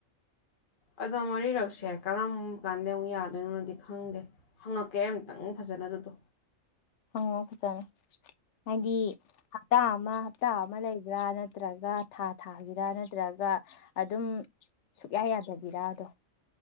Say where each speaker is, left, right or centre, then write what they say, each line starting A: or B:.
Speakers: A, on the left; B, on the left.
A: ꯑꯗꯣ ꯃꯔꯤꯔꯛꯁꯦ ꯀꯔꯝ ꯀꯥꯟꯗꯩ ꯑꯃꯨꯛ ꯌꯥꯗꯣꯏꯅꯣꯗꯤ ꯈꯪꯗꯦ ꯍꯪꯉꯛꯀꯦ ꯑꯝꯇꯪ ꯐꯖꯅ ꯑꯗꯨꯗꯣ
B: ꯍꯪꯉꯣ ꯐꯖꯅ ꯍꯥꯏꯗꯤ ꯍꯞꯇꯥ ꯑꯃ ꯍꯞꯇꯥ ꯑꯃ ꯂꯩꯕ꯭ꯔꯥ ꯅꯠꯇ꯭ꯔꯒ ꯊꯥ ꯊꯥꯒꯤꯔꯥ ꯅꯠꯇ꯭ꯔꯒ ꯑꯗꯨꯝ ꯁꯨꯛꯌꯥ ꯌꯥꯗꯕꯤꯔꯥ ꯑꯗꯣ